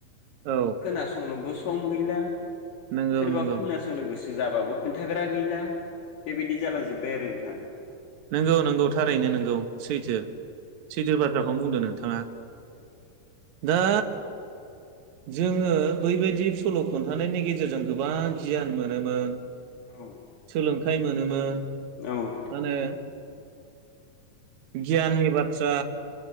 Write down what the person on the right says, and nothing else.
औ
नंगौ
नंगौ
नोंगौ नोंगौ थारैनो नोंगौ सैथो सैथो बाथ्राखौ नो बुंदों नोंथां। ङा दा जोङो बैबायदि सल' खोनथानायनि गेजेरजों गोबां गियान मोनोमोन।
सोलोंथाइ मोन मोनोमोन। माने
गियाननि बाथ्रा